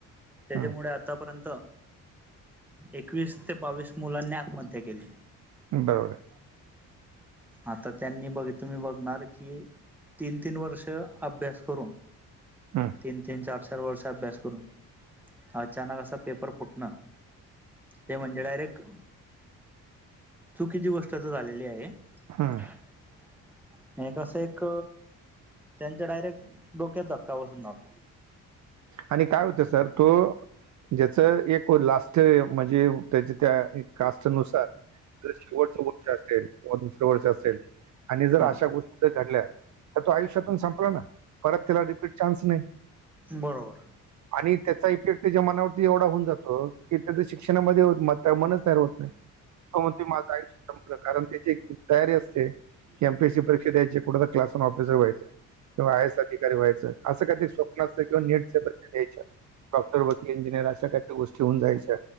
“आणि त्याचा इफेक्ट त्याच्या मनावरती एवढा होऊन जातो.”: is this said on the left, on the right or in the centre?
Right